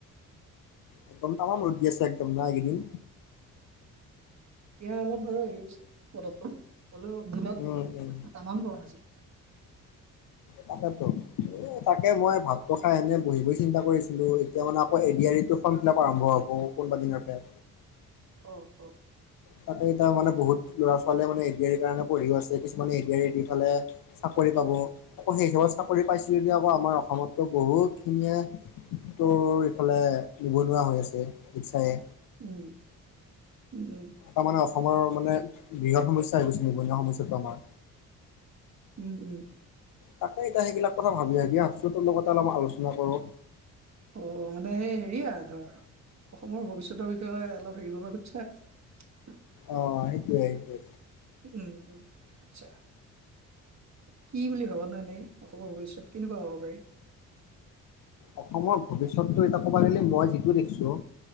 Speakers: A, on the left (about 50°); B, on the right (about 40°).
A: একদম তাম ৰোদ দিয় আছে একদম ন এইগেইদিন
B: এতিয়া অলপ বাৰু হেৰি হৈছে পদতটো- হলেও দিনত
A: উম উম
B: তামাম গৰম আজি-
A: তাকেতো এ তাকে মই ভাতটো খাই এনে বহি বহি চিন্তা কৰিছিলো এতিয়া মানে আকৌ এডতো আৰম্ভ হ'ব কোনোবা দিনৰ পৰা
B: অ অ!
A: তাকে এয়া মানে বহুত ল'ৰা ছোৱালীয়ে মানে এ ডি আৰ ই কাৰণে পঢ়িও আছে কিছুমানে A D A D R E দি থলে চাকৰী আকৌ সেই চাকৰি পাইছিলে দি আকৌ আমাৰ অসমতো বহুতখিনিয়ে তোৰ ইফালে নিবনুৱা হৈ আছে মিছাকে
B: উম উম
A: তাৰ মানে অসমৰ মানে বৃহৎ সমস্যা আহি গৈছে নিবনুৱা সমস্যাটো আমাৰ
B: উম উম!
A: তাকে এতিয়া সেইবিলাক কথা ভাবি ভাবি আছোতো লগতে অলপ আলোচনা কৰো।
B: অ মানে সেই হেৰিয়া ধৰ অসমৰ ভৱিষ্যতৰ বিষয়ে অলপ হেৰি কৰিব খুজছে
A: অ সেইটো এ সেইটো এ!
B: উম উম আচ্ছা। কি বুলি ভাবা নহ এনেই অসমৰ ভৱিষ্যত কেনেকুৱা হ'ব পাৰি?
A: অসমৰ ভৱিষ্যতটো এটা ক'ব গলে মই যিটো দেখিছো